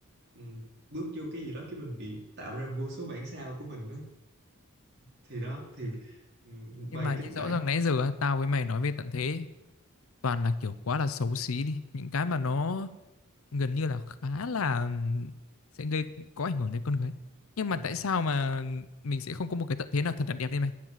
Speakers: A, on the right; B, on the left.
A: ừm, bước vô cái gì đó cái mình bị tạo ra vô số bản sao của mình đó thì đó thì ừm, vài
B: nhưng mà
A: cái kịch
B: như
A: bản
B: rõ ràng nãy giờ á, tao với mày nói về tận thế toàn là kiểu quá là xấu xí đi những cái mà nó gần như là khá là ừm, sẽ gây có ảnh hưởng đến con người nhưng
A: Ừm,
B: mà tại sao mà mình sẽ không có một cái tận thế nào thật là đẹp đi mày